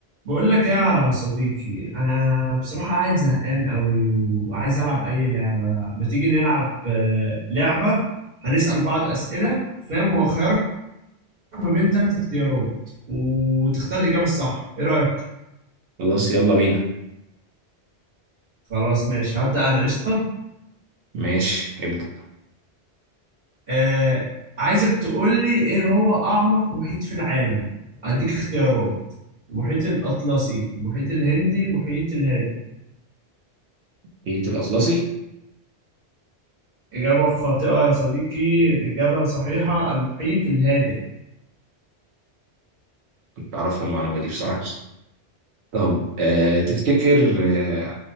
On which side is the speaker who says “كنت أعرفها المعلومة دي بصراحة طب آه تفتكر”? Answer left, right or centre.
Right